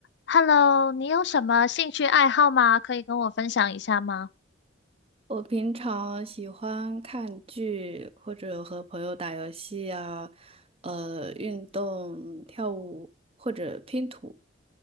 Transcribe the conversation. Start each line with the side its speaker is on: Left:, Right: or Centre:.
Left: Hello，你有什么兴趣爱好吗？可以跟我分享一下吗？
Right: 我平常喜欢看剧，或者和朋友打游戏啊，呃，运动、跳舞或者拼图，